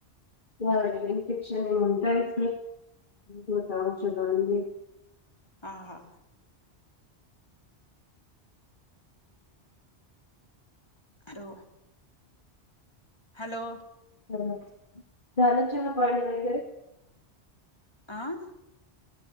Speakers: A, on the left; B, on the left.
A: <unintelligible> इन्फेक्शन हे म्हणलं त मी स्वतः औषध आणली.
B: हा, हा हॅलो हॅलो
A: हॅलो, झालं चहापाणी वगैरे?
B: आं